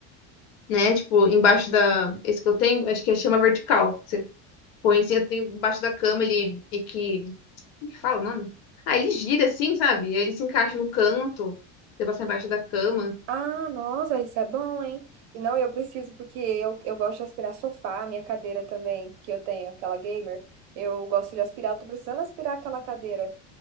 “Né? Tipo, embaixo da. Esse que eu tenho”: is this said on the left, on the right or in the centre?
Left